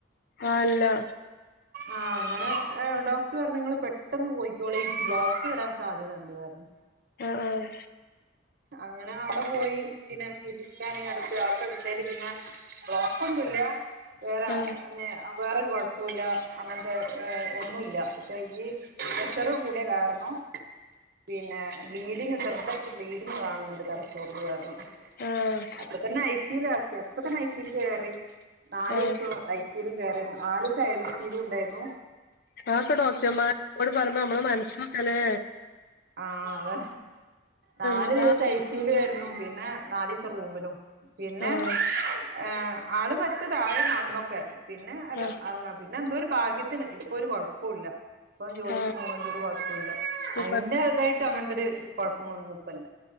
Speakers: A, on the left; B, on the right.
A: ആഹ് അല്ലാ
B: ആഹ് അങ്ങനെ ഡോക്ടർ പറഞ്ഞ് നിങ്ങള് പെട്ടെന്ന് പോയിക്കോളി ബ്ലോക്ക് വരാൻ സാധ്യതണ്ട് പറഞ്ഞ്
A: ആഹ് ആഹ
B: അങ്ങനെ അവടെ പോയ് പിന്നെ സീറ്റി സ്കാനിങ് എടുത്ത് ആക്കെടുത്തേല് പിന്നെ ബ്ലോക്കൊന്നില്ലാ വേറെ
A: ആഹ്
B: അന്നെ വേറെരു കൊഴപ്പോവില്ലാ അങ്ങനത്തെ ഒന്നൂല്ല്യാ പയ്യെ പ്രഷറ് കൂടിയ കാരണം പിന്നെ ബ്ലീഡിങ് ഒരു ചെറുതായിട്ട് ഇരുന്ന് കാണുനൊണ്ട് തലച്ചോറില് കാരണം
A: ആഹ്
B: അപ്പ തന്നെ ഐ സ്യൂലാക്കി അപ്പ തന്നെ ഐ സ്യൂല് കേറി നാലിസ്സോ
A: ആഹ്
B: ഐ- സീലും കേറാര്ന്നു ആലിസ അയ്സീലു ണ്ടാര്ന്നു
A: അതൊക്കെ ഡോക്ടർമാരോട് പറിമ്പ ഞമ്മളെ മനസ്സൊക്കെ ലേ
B: ആ അതെ നാലു
A: എന്താ
B: ദിവസം ഐ സ്യു ല് കെട്ന്നു പിന്നെ നാല് ദിസം റൂമിലും പിന്നെ
A: ആഹ്
B: ഏ ആള് പറ്റതായിര്ന്നു അന്നൊക്കെ പിന്നെ അല്ല
A: ആഹ്
B: അങ്ങ പിന്നെ എന്തോര് ഭാഗ്യത്തിന് ഇപ്പൊര് കൊഴപ്പുല്ല ഇപ്പം ജോലിക്ക്
A: ആഹ്
B: പോണ് ണ്ട് ഒരു കുഴപ്പൂല്ല
A: <unintelligible>
B: ചെർതായിട്ട് അങ്ങൻതൊര് കുഴപ്പങ്ങളൊന്നും ഇപ്പല്ല